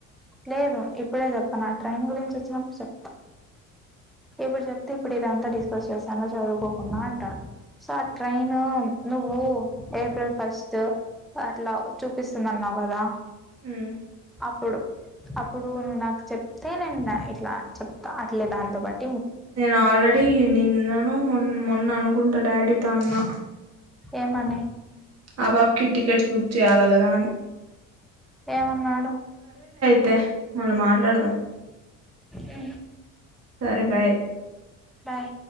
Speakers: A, in the centre; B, on the right.
A: లేదు ఇప్పుడే చెప్పన్ నా ట్రైన్ గురించి వచ్చినప్పుడు చెప్తా ఇప్పుడు చెప్తే ఇప్పుడు ఇదంతా డిస్కస్ చేశావు చదువుకోకుండా అంటాడు సో ఆ ట్రైన్ నువ్వు ఏప్రిల్ ఫస్ట్ అట్ల చూపిస్తుంది అన్నావు కదా
B: ఉ
A: అప్పుడు అప్పుడు నువ్వు నాకు చెప్తే నేను ఇట్ల చెప్తా అట్లే దాంతో పాటు
B: నేను ఆల్రేడి నిన్నను మన్ మొన్న అనుకుంట డాడీతో అన్న
A: ఏ మ
B: అబ్రాప్కి టికెట్స్ బుక్ చేయాలి కదా అని
A: ఏమన్నాడు
B: అంతే మనం మాట్లాడదాం
A: ఆ
B: సరే బాయ్
A: బయ్